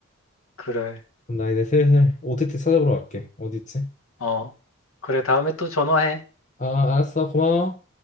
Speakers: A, on the left (about 85°); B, on the left (about 35°).
A: 그래.
B: 그럼 나 이제 슬슬 OTT 찾아보러 갈게. 어디 있지?
A: 어. 그래, 다음에 또 전화해.
B: 아, 알았어. 고마워.